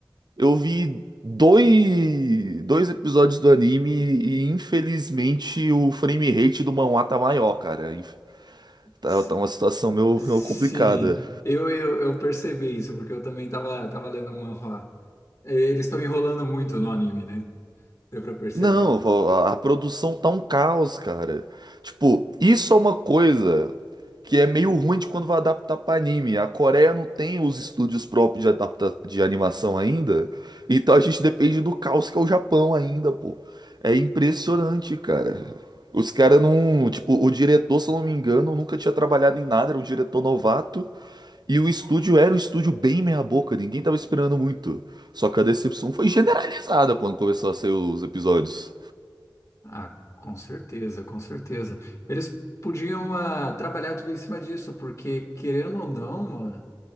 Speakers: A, on the right (about 60°); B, on the left (about 40°).
A: Eu vi dois, dois episódios do anime e infelizmente o frame rate do manhwa tá maior, cara. Inf- Tá,
B: S-
A: tá uma situação meio,
B: Sim,
A: meio complicada.
B: eu, eu, eu percebi isso, porque eu também tava, tava lendo o manhwa. Eh, Eles estão enrolando muito no anime, né? Deu pra perceber.
A: Não, vô, a a produção tá um caos, cara. Tipo, isso é uma coisa que é meio ruim de quando vai adaptar pra anime. A Coreia não tem os estúdios próprios de adapta de animação ainda, então a gente depende do caos que é o Japão ainda, pô. É impressionante, cara. Os caras não, tipo, o diretor, se eu não me engano, nunca tinha trabalhado em nada, era um diretor novato. E o estúdio era um estúdio bem meia-boca, ninguém tava esperando muito. Só que a decepção foi generalizada quando começou a sair os episódios.
B: Ah, com certeza, com certeza. Eles podiam ah, trabalhar tudo em cima disso, porque querendo ou não, ah,